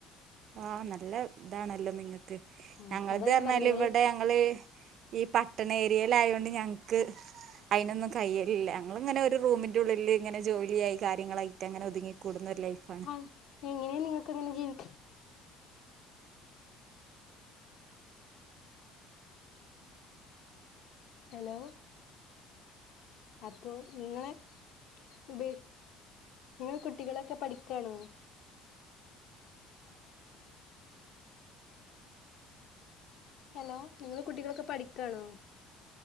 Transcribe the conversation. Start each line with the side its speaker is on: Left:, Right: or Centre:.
Right: ആഹ് നല്ല ഇതാണല്ലോ നിങ്ങക്ക്
Left: ഉം
Right: ഞങ്ങളിത്
Left: അതാ ഞാൻ
Right: പറഞ്ഞാല്
Left: പറഞ്ഞ നിങ്ങള്
Right: ഇവടെ ഇങ്ങള് ഈ പട്ടണ ഏരിയല് ആയോണ്ട് ഞങ്ങക്ക് അയ്നൊന്നും കൈയ്യലില്ല ഞങ്ങളിങ്ങനെ ഒരു റൂമിൻ്റെ ഉള്ളിൽ ഇങ്ങനെ ജോലിയായി കാര്യങ്ങളായിട്ട് അങ്ങനെ ഒതുങ്ങിക്കൂടുന്ന ഒരു ലൈഫാണ്
Left: ആ എങ്ങനെയാ നിങ്ങക്കിങ്ങനെ ജീവിക്ക ഹലോ അപ്പൊ നിങ്ങളെ വി നിങ്ങളെ കുട്ടികളൊക്കെ പഠിക്കാണോ ഹലോ നിങ്ങള് കുട്ടികളൊക്കെ പഠിക്കാണോ